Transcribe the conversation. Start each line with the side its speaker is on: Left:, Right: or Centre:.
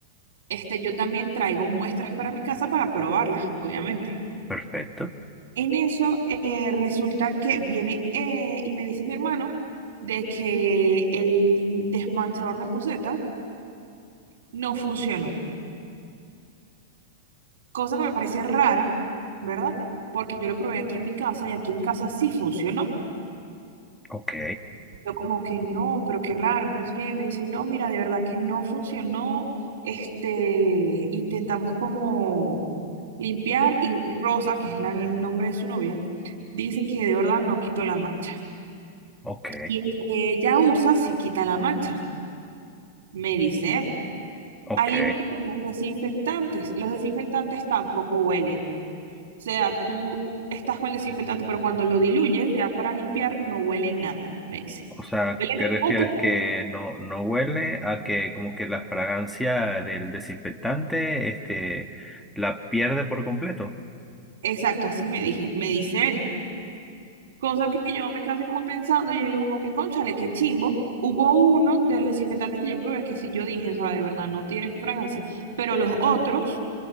Right: este, yo también traigo muestras para mi casa para probarlas, obviamente.
Centre: Perfecto.
Right: En eso eh, resulta que viene eh, y me dice mi hermano de que el in- desmanchador de poseta no funcionó, cosa que me parece rara, ¿verdad? Porque yo lo probé aquí en mi casa y aquí en mi casa sí funcionó.
Centre: Ok,
Right: Yo como que no, pero qué raro, que no sé qué. Me dicen, no, mira, de verdad que no funcionó. Este, intentamos como limpiar y Rosa, que es la- el nombre de su novia, dice que de verdad no quitó la mancha.
Centre: ok,
Right: Y el que ella usa si quita la mancha, me dice él.
Centre: ok.
Right: Al igual que los desinfectantes, los desinfectantes tampoco huelen. O sea, tú estás con el desinfectante, pero cuando lo diluyes ya para limpiar no huele nada, me dice.
Centre: O sea,
Right: Huelen
Centre: ¿te
Right: el
Centre: refieres
Right: bote. pues.
Centre: que no, no huele a que como que la fragancia del desinfectante, este, la pierde por completo?
Right: Exacto, así me dije, me dice él. Cosa que yo me quedo así como pensando, yo digo como que, cónchale, qué chimbo. Hubo uno de los desinfectantes que yo probé que sí yo dije, o sea, de verdad no tienen fragancia, pero los otros